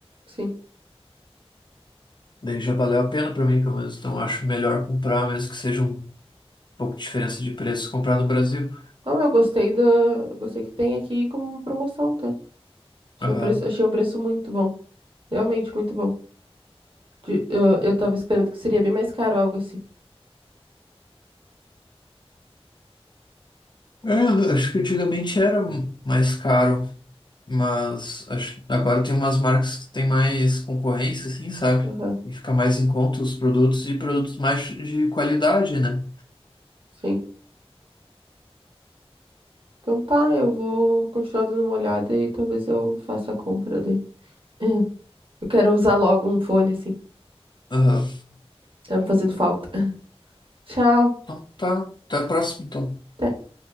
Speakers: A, on the right (about 55°); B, on the left (about 45°).
A: sim.
B: Daí já valeu a pena pra mim, pelo menos. Então eu acho melhor comprar, mesmo que seja um pouco de diferença de preço, comprar no Brasil.
A: Como eu gostei da. eu Gostei que tem aqui como promoção, tá? Tinha
B: Aham.
A: um preço, achei um preço muito bom. Realmente muito bom. De- eu, eu tava esperando que seria bem mais caro, algo assim.
B: É, eu acho que antigamente era mais caro Mas acho, agora tem umas marcas que tem mais concorrência, assim, sabe?
A: Aham,
B: E fica mais em conta os produtos e produtos mais de qualidade, né?
A: sim. Então tá, eu vou continuar dando uma olhada e talvez eu faça a compra daí. <laughs> Eu quero usar logo um fone, assim.
B: Aham.
A: Tá me fazendo falta. <laughs> Tchau.
B: Então tá, tá próximo.
A: até